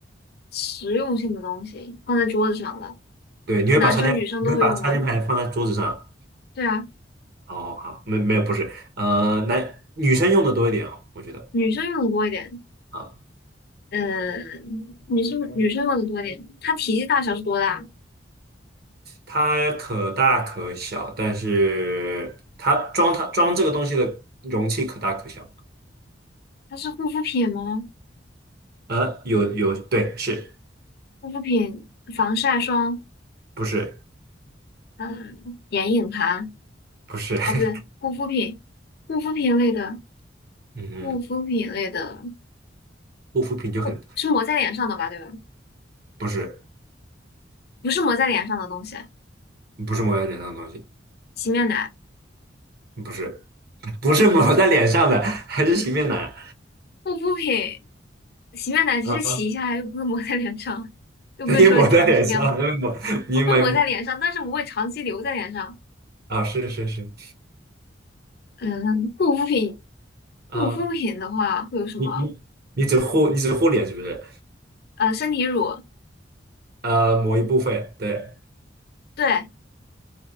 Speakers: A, on the left; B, on the right.
A: 实用性的东西，放在桌子上的。
B: 对，你会把插电，
A: 男生女生都会用吗？
B: 你会把插电牌放在桌子上
A: 对啊，
B: 哦，好，没没有不是，呃，男女生用的多一点哦，我觉得
A: 女生用的多一点，
B: 啊，
A: 呃，女生女生用的多一点。它体积大小是多大？
B: 它可大可小，但是它装它装这个东西的容器可大可小。
A: 它是护肤品吗？
B: 呃，有有，对，是
A: 护肤品、防晒霜，
B: 不是
A: 嗯、眼影盘
B: 不是？<laughs>
A: 啊，不对，护肤品，护肤品类的，
B: 嗯，
A: 护肤品类的，
B: 护肤品就很
A: 不是抹在脸上的吧？对吧？
B: 不是
A: 不是抹在脸上的东西，
B: 不是抹在脸上的东西，
A: 洗面奶、
B: 不是不是抹在脸上的，还是洗面奶
A: 护肤品、洗面奶只是洗一下，
B: 啊？
A: 又不是抹在脸上，又不是说长时间
B: 那也抹在脸上，因为抹你买
A: <laughs> 会抹在脸上，但是不会长期留在脸上。
B: 啊，是是是
A: 嗯，护肤品，
B: 啊，
A: 护肤品的话会有什么？
B: 你你你只护你只护脸是不是？
A: 呃，身体乳，
B: 呃，某一部分，对
A: 对，